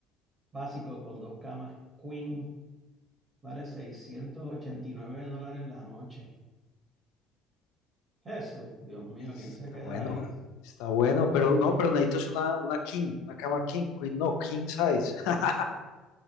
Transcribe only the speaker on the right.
básico con dos camas queen vale 689 dólares la noche. Jesús, Dios mío,
¿quién se queda
ahí?